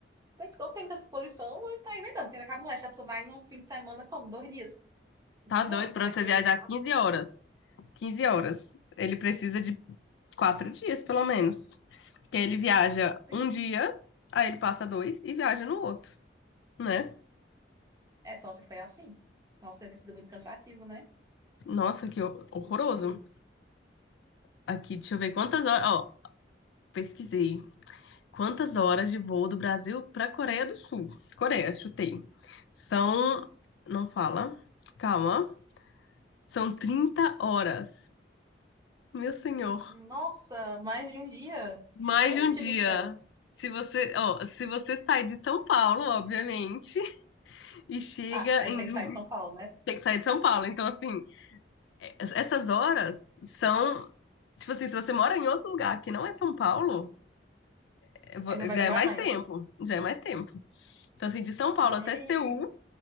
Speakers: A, on the right (about 20°); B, on the left (about 80°).
A: Então tem muita disposição, ele tá inventando, porque acaba molesta, a pessoa vai num fim de semana como dois dias. Não
B: Tá
A: sei
B: doido
A: não, como
B: pra
A: é
B: você
A: que
B: viajar
A: ele.
B: 15 horas. 15 horas. Ele precisa de quatro dias, pelo menos. Porque ele viaja
A: Sim.
B: um dia, aí ele passa dois e viaja no outro, né?
A: É só se foi assim. Nossa, deve ter sido muito cansativo, né?
B: Nossa, que hor- horroroso.
A: Não sei.
B: Aqui, deixa eu ver quantas horas. Ó, pesquisei. Quantas horas de voo do Brasil pra Coreia do Sul? Coreia, chutei. São. Não fala. Calma. São 30 horas. Meu senhor.
A: Nossa, mais de um dia.
B: Mais
A: Gente
B: de um dia.
A: do céu.
B: Se você, ó, se você sai de São Paulo, obviamente, <laughs> e chega
A: Ah, ainda
B: em.
A: tem que sair de São Paulo, né?
B: Tem que sair de São Paulo. Então, assim, es- essas horas são. Tipo assim, se você mora em outro lugar que não é São Paulo, é vo-
A: Ainda
B: já
A: vai demorar
B: é mais
A: mais.
B: tempo. Já é mais tempo. Então, assim, de São Paulo
A: Gente,
B: até Seul,